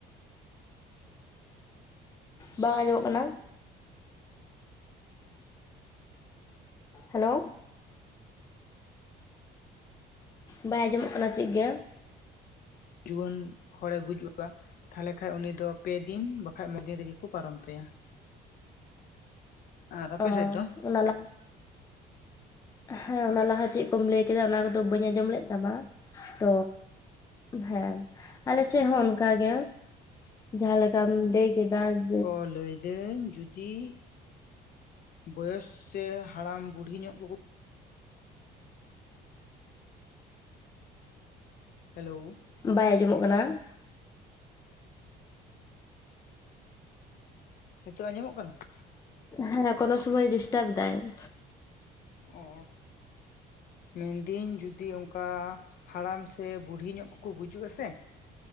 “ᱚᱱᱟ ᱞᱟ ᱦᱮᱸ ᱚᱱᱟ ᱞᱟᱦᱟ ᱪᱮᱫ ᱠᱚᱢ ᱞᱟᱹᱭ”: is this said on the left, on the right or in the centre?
Left